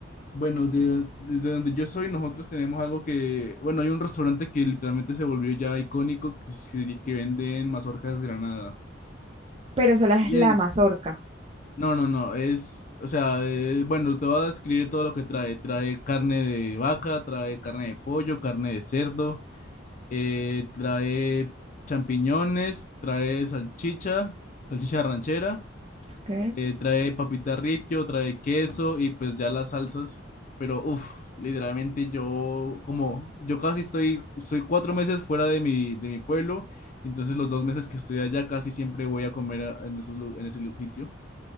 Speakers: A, on the left; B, on the right.
A: bueno, de, desde donde yo soy, nosotros tenemos algo que, bueno, hay un restaurante que literalmente se volvió ya icónico, que, se- que venden mazorca desgranada.
B: pero sola es
A: Y
B: la
A: es,
B: mazorca,
A: No, no, no, es, o sea, eh, bueno, te voy a describir todo lo que trae. Trae carne de vaca, trae carne de pollo, carne de cerdo, eh, trae champiñones, trae salchicha, salchicha ranchera,
B: ¿ok?
A: eh, trae papita ripio, trae queso y pues ya las salsas. Pero, uff, literalmente yo, como, yo casi estoy, soy cuatro meses fuera de mi, de mi pueblo, entonces los dos meses que estoy allá casi siempre voy a comer a- en esos, lu- en ese lu- sitio.